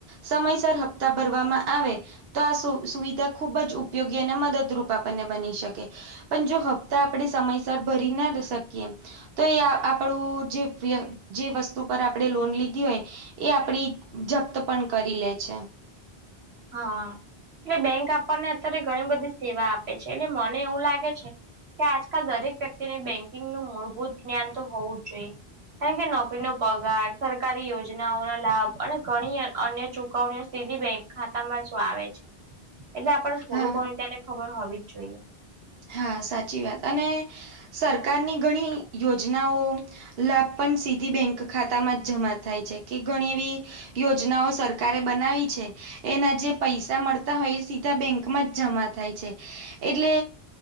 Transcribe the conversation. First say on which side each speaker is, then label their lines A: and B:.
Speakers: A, on the right; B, on the right.
A: સમયસર હપ્તા ભરવામાં આવે ત આ સુ સુવિધા ખૂબ જ ઉપયોગી અને મદદરૂપ આપણને બની શકે પન જો હપ્તા આપણે સમયસર ભરીના શકીએ તો એ આ આપણું જે વય જે વસ્તુ પર આ પડે લોન લીધી હોય એ આપડી જપ્ત પણ કરી લે છે.
B: હા. એટલે બેંક આપને અત્યારે ઘણી બધી સેવા આપે છે, એટલે મને એવું લાગે છે. કે આજકાલ દરેક વ્યક્તિને બેન્કિંગનું મૂળભૂત જ્ઞાન તો હોવું જ જોઈએ કારણ કે નોકરીનો પગાર સરકારી યોજનાઓના લાભ અને ઘણી અન્ય ચૂ કવણીઓ સીધી બેં ખાતામાં જો આવે છે, એટલે આપને થોડું
A: હા
B: ઘણ ત્યાને ખબર હોવી જ જોઈએ
A: હા સાચી વાત અને સરકારની ઘણી યોજનાઓ લાભ પણ સીધી બેંક ખાતામાં જ જમા થાય છે, કે ઘણી એવી યોજનાઓ સરકારે બનાવી છે. એના જે પૈસા મળતા હોય એ સીધા બેંકમાં જ જમા થાય છે, એટલે